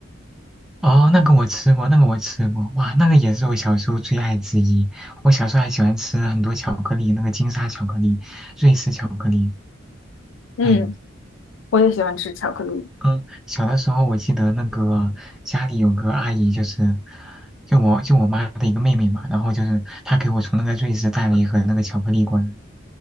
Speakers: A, in the centre; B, on the left (about 70°).
A: 哦，那个我吃过，那个我吃过，哇，那个也是我小时候最爱之一。我小时候还喜欢吃很多巧克力，那个金沙巧克力、瑞士巧克力，
B: 嗯，
A: 还有，
B: 我也喜欢吃巧克力。
A: 嗯，小的时候我记得那个家里有个阿姨，就是就我就我妈的一个妹妹嘛，然后就是她给我从那个瑞士带了一盒那个巧克力过来，